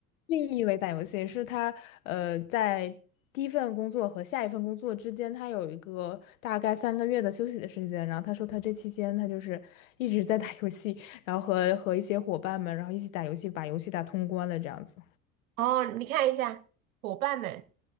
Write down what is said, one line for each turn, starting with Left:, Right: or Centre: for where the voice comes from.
Left: 定义为打游戏，是他呃在第一份工作和下一份工作之间，他有一个大概三个月的休息的时间。然后他说他这期间他就是一直在打游戏，然后和和一些伙伴们，然后一起打游戏，把游戏打通关了这样子。
Right: 哦，你看一下伙伴们，